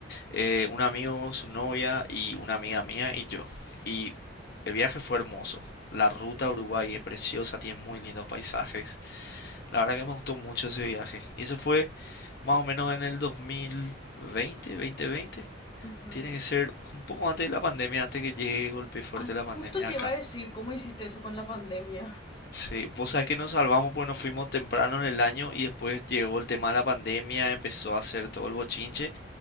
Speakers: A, on the left; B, on the left.
A: eh, un amigo, su novia y una amiga mía y yo. Y el viaje fue hermoso. La ruta a Uruguay es preciosa, tiene muy lindos paisajes. La verdad que me gustó mucho ese viaje. Y eso fue más o menos en el 2020, 2020.
B: Ujú.
A: Tiene que ser un poco antes de la pandemia, antes que llegue golpe fuerte
B: Ah,
A: la
B: justo
A: pandemia
B: te
A: acá.
B: iba a decir cómo hiciste eso con la pandemia.
A: Sí, vos sabés que nos salvamos porque nos fuimos temprano en el año y después llegó el tema de la pandemia, empezó a hacer todo el bochinche